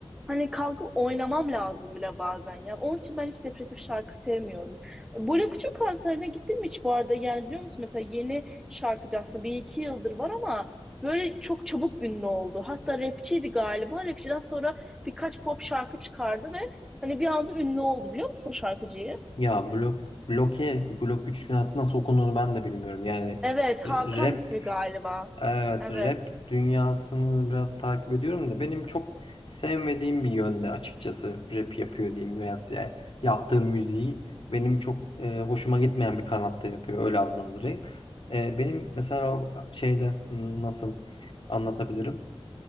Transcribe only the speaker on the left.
Ya blok bloke blok 3 nasıl okunduğunu ben de bilmiyorum. Yani
rap
Evet,
rap dünyasını biraz takip ediyorum da benim çok sevmediğim bir yönde açıkçası rap yapıyor diyeyim veya yani yaptığı müziği benim çok e, hoşuma gitmeyen bir kanatta yapıyor öyle adlandırayım. E, benim mesela o şeyde hmm, nasıl anlatabilirim?